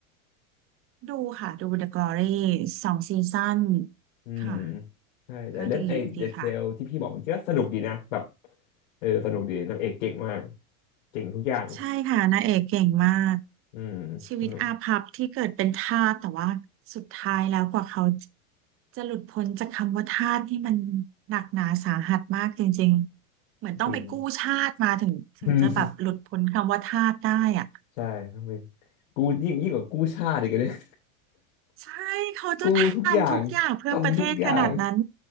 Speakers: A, on the right; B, on the left.
A: ดูค่ะ ดู The Glory สองซีซั่น
B: อืม
A: ค่ะ
B: ใช่แต่เรื่องไอ้เดเทลที่พี่บอกเมันกก็สนุกดีนะแบบ
A: ก็ดีดีค่ะ
B: เออสนุกดีนางเอกเก่งมากเก่งทุกอย่าง
A: ใช่ค่ะนางเอกเก่งมาก
B: อืมสนุก
A: ชีวิตอาภัพที่เกิดเป็นทาสแต่ว่าสุดท้ายแล้วกว่าเขาจะหลุดพ้นจากคำว่าทาสที่มันหนักหนาสาหัสมากจริงๆเหมือนต้องไปกู้ชาติมาถึงถึงจะแบบหลุดพ้นคำว่าทาสได้อ่ะ
B: จริง <laughs> อืมใช่ต้องเป็นกูยิ่งยิ่งกว่ากู้ชาติอีกอะเนี่ย
A: ใช่เขาจะทำทุกอย่างเพื่อประเทศขนาดนั้น
B: <laughs> กู้ทุกอย่างทำทุกอย่าง